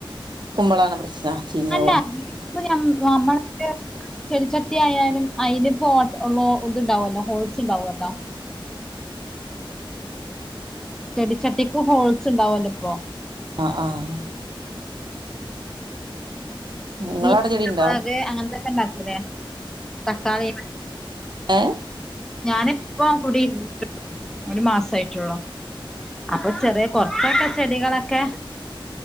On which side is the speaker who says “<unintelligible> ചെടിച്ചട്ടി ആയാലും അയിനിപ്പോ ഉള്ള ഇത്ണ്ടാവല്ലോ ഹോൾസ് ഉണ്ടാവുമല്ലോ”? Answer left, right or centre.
Centre